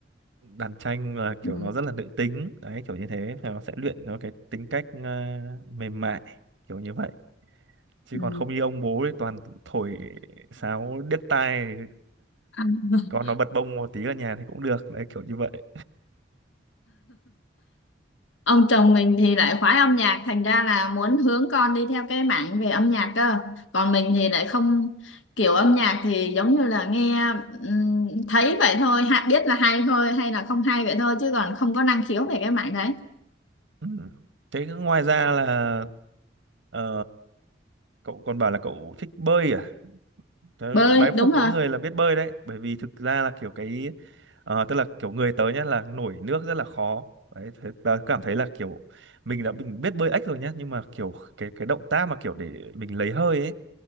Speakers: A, on the right; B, on the left.
A: đàn tranh là kiểu
B: Ừ.
A: nó rất là nữ tính đấy kiểu như thế Thì nó sẽ luyện nó cái tính cách ờ, mềm mại kiểu như vậy chứ
B: Ừ.
A: còn không như ông bố ấy toàn thổi sáo điếc tai
B: <laughs>
A: Còn nó bật bông một tí ở nhà thì cũng được đấy kiểu như vậy
B: ông chồng mình thì lại khoái âm nhạc thành ra là muốn hướng con đi theo cái mảng về âm nhạc cơ còn mình thì lại không kiểu âm nhạc thì giống như là nghe ừm, thấy vậy thôi ha, biết là hay thôi hay là không hay vậy thôi chứ còn không có năng khiếu về cái mảng đấy
A: ừ. Thế ngoài ra là ờ, cậu còn bảo là cậu thích bơi à Tớ
B: bơi
A: bái phục
B: đúng rồi
A: những người là biết bơi đấy bởi vì thực ra là kiểu cái ờ, tức là kiểu người tớ nhá là nổi nước rất là khó đấy thế tớ cảm thấy là kiểu mình đã mình biết bơi ếch rồi nhá nhưng mà kiểu cái cái động tác mà kiểu để mình lấy hơi ấy